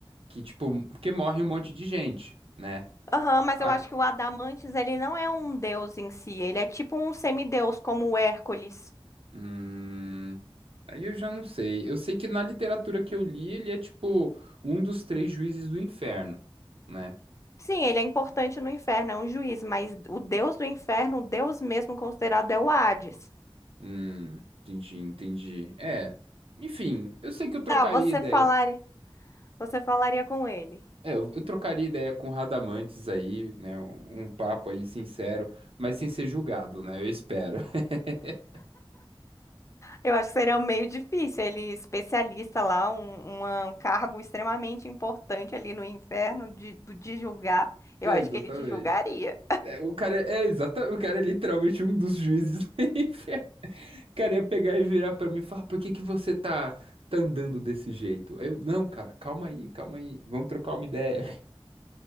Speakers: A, on the right; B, on the left.
A: que tipo, porque morre um monte de gente, né?
B: Aham, mas
A: Ah,
B: eu acho que o Adamantes, ele não é um deus em si, ele é tipo um semideus, como o Hércules.
A: hum, aí eu já não sei. Eu sei que na literatura que eu li, ele é tipo um dos três juízes do inferno, né?
B: Sim, ele é importante no inferno, é um juiz, mas o deus do inferno, o deus mesmo considerado é o Hades.
A: Hum, entendi, entendi. É, enfim, eu sei que eu trocaria
B: Tá, você
A: ideia.
B: falaria, você falaria com ele.
A: É, eu eu trocaria ideia com o Radamantes aí, né? Um, um papo aí sincero, mas sem ser julgado, né? Eu espero. <laughs>
B: Eu acho que seria um meio difícil, ele especialista lá, um, uma- um cargo extremamente importante ali no inferno de, do- de julgar. Eu
A: É,
B: acho
A: exatamente.
B: que ele te julgaria.
A: É, o cara é, exatamente, o cara é literalmente um dos juízes do <laughs> inferno. O cara ia pegar e virar pra mim e falar, por que que você tá, tá andando desse jeito? Aí Eu, não, cara, calma aí, calma aí, vamos trocar uma ideia.